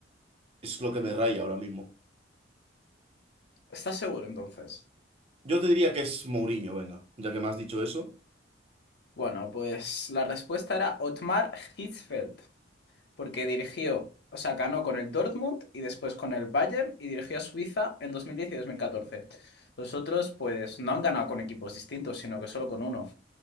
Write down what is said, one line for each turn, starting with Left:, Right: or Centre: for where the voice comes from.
Right: Es lo que me raya ahora mismo.
Left: ¿Estás seguro entonces?
Right: Yo te diría que es Mourinho, venga, ya que me has dicho eso.
Left: Bueno, pues la respuesta era Otmar Hitzfeld, porque dirigió, o sea, ganó con el Dortmund y después con el Bayern y dirigió a Suiza en 2010 y 2014. Los otros, pues, no han ganado con equipos distintos, sino que solo con uno.